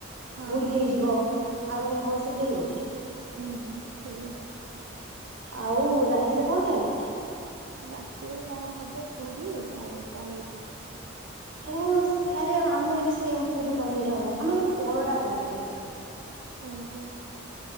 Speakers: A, on the right; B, on the right.
A: ହଁ
B: ବୁଢ଼ୀ ହେଇଯିବ ଆଉ କଣ ଏ ବୟସ ଫେରିବ?
A: ହୁଁ ସେଇଆ।
B: ଆଉ ରାତିରେ କଣ ଖାଇବୁ?
A: ରାତିରେ କଣ ହବ ପୁରୀ ଆଉ ପନିର।
B: ଓ ଆରେ ଆମର ବି ସେମ୍ ପୁରୀ ପନିର ହବ ଆମର କିନ୍ତୁ ପରଟା ପନିର ହବ।
A: ଓହୋ